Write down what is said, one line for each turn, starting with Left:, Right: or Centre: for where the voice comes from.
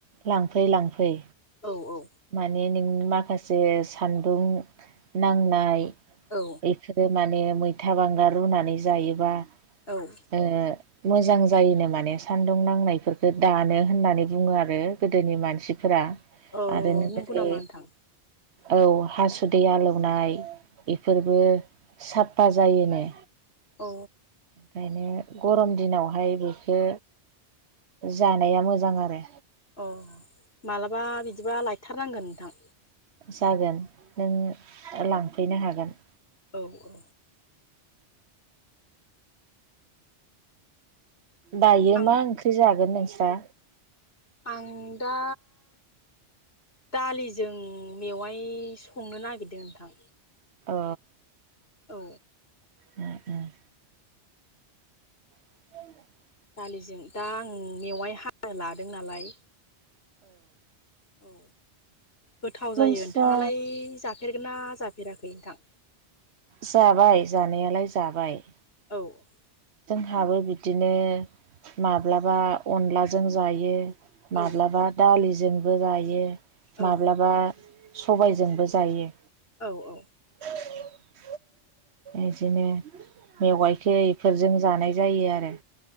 Right: लांफै लांफै
Left: औ औ
Right: माने नों माखासे सान्दुं नांनाय
Left: औ
Right: बेफोरो माने मैथा बांगाल रुनानै जायोबा
Left: औ
Right: ए मोजां जायोनो माने सान्दुं नांनायफोरखो दानो होननानै बुङो आरो गोदोनि मानसिफोरा।
Left: औ
Right: आरोनो
Left: नंगौ
Right: जेरै
Left: नामा नोंथां
Right: औ हासुदै आलौवनाय बेफोरबो साफा जायोनो।
Left: औ
Right: ओंखायनो गरम दिनावहाय बेखौ जानाया मोजां आरो
Left: अ माब्लाबा बिदिबा लायथारनांगोन नोंथां
Right: जागोन नों लांफैनो हागोन
Left: औ औ
Right: दायो
Left: आं
Right: मा ओंख्रि जागोन नोंस्रा
Left: आं दा दालिजों मेवाय संनो नागिरदों नोंथां
Right: अ
Left: औ
Right: उम उम <inaudible>
Left: दालिजों दा आं मेवाय हानो लादों नालाय औ गोथाव
Right: नोंस्रा
Left: जायो नोंथाङालाय जा- फेरगोन ना जाफेराखै नोंथां
Right: जाबाय जानायालाय जाबाय
Left: औ
Right: हाबो बिदिनो माब्लाबा अनलाजों जायो
Left: औ
Right: माब्लाबा दालिजोंबो जायो
Left: औ
Right: माब्लाबा सबायजोंबो जायो।
Left: औ औ
Right: <inaudible> इदिनो मेवाइखौ
Left: औ
Right: इफोरजों जानाय जायो आरो